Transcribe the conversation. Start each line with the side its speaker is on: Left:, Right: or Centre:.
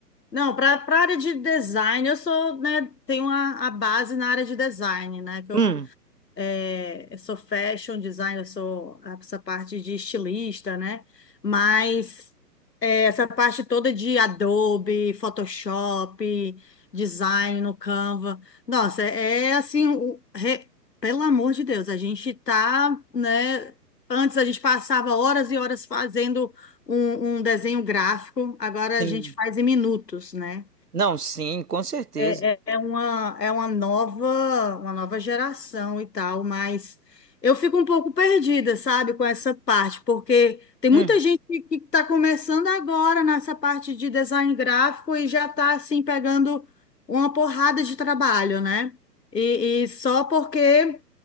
Left: Não, para a área de design, eu sou, né, tenho a, a base na área de design, né, que
Right: Hum,
Left: eu é, eu sou fashion designer, eu sou essa parte de estilista, né? Mas é, essa parte toda de Adobe, Photoshop, design no Canva, nossa, é, é assim, o- re- pelo amor de Deus, a gente tá, né? Antes a gente passava horas e horas fazendo um, um desenho gráfico, agora
Right: sim.
Left: a gente faz em minutos, né?
Right: Não, sim, com certeza.
Left: É, é- é uma, é uma nova, uma nova geração e tal, mas eu fico um pouco perdida, sabe, com essa parte, porque tem muita
Right: Hum.
Left: gente que está começando agora nessa parte de design gráfico e já está assim pegando uma porrada de trabalho, né? E, e só porque